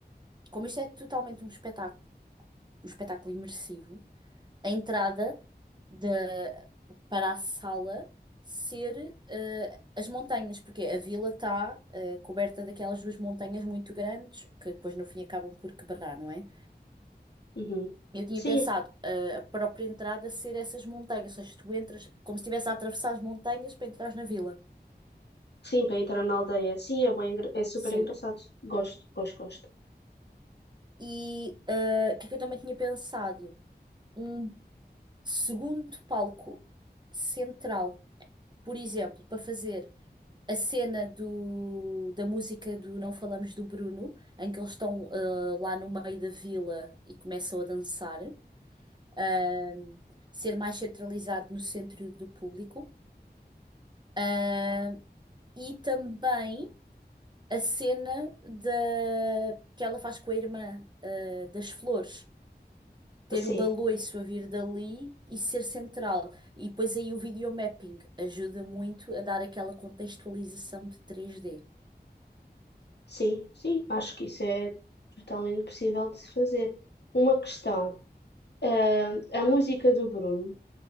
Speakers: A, on the right; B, on the left.
A: como isto é totalmente um espetáculo, um espetáculo imersivo. a entrada da para a sala ser eh, as montanhas, porque a vila está coberta daquelas duas montanhas muito grandes que depois no fim acabam por quebrar, não é?
B: Uhum.
A: Eu tinha
B: Sim,
A: pensado eh, a própria entrada ser essas montanhas, ou seja, tu entras como se estivesse a atravessar as montanhas para entrar na vila.
B: sim, para entrar na aldeia. Sim, é bem, engra- é super
A: Sim.
B: engraçado. Gosto, gosto, gosto.
A: E eh, o que é que eu também tinha pensado? Um segundo palco central, por exemplo, para fazer. a cena do, da música do Não Falamos do Bruno, em que eles estão ah, lá no meio da vila e começam a dançar, ah, ser mais centralizado no centro do público. Ah, e também a cena da, que ela faz com a irmã, ah, das flores. Ter
B: Sim,
A: o baloiço a vir dali e ser central. E depois aí o videomapping ajuda muito a dar aquela contextualização de três d
B: sim, sim. Acho que isso é totalmente possível de se fazer. Uma questão. Ah, a música do Bruno.